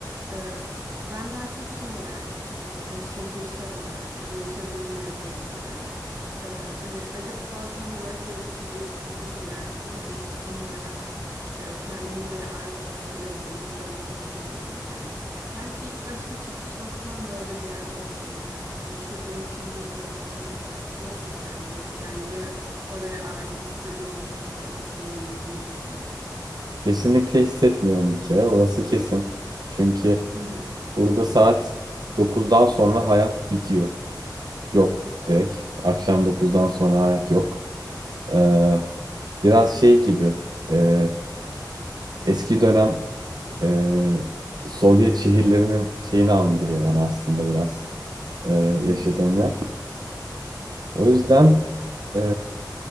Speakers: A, on the right; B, on the right.
A: e, ben daha çok şey olarak yaşadım. Mesela şehirsel olarak ya da yaşadığım yerler olarak. E, hani acaba tam olarak benim için uygun bir yer mi? Ya da işte tam olarak e, kendimi buraya ait hissediyor muyum? Burada rahat mıyım gibi. Belki ilk başta çıkış noktam böyle bir yer olabilir. Mesela hani yaşadığın şehirle bağın Nasıl sence? Hani sence oraya ait hissediyor musun ya da sana uygun bir yer mi?
B: Kesinlikle hissetmiyorum bir kere orası kesin. Çünkü
A: Hı hı,
B: burada saat dokuzdan sonra hayat bitiyor. Yok direkt. Akşam dokuzdan sonra hayat yok. Ee, biraz şey gibi e, eski dönem e, Sovyet şehirlerinin şeyini andırıyor bana aslında biraz e, yaşadığım
A: hı hı,
B: yer. O yüzden e,